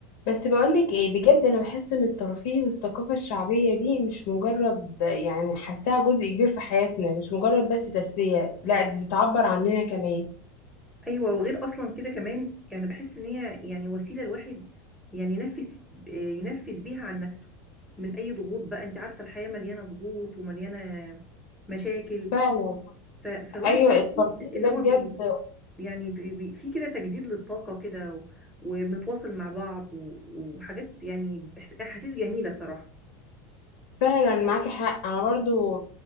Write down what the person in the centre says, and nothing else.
ايوه وغير اصلا كده كمان يعني بحس ان هي يعني وسيله الواحد يعني ينفس آه، ينفس بيها عن نفسه من اي ضغوط بقى انت عارفه الحياه مليانه ضغوط ومليانه مشاكل
ف... فالواحد
كده
بيحس ان
هو
بي يعني بي... بي... في كده تجديد للطاقه كده و... وبنتواصل مع بعض و... وحاجات يعني بحس- احاسيس جميله بصراحه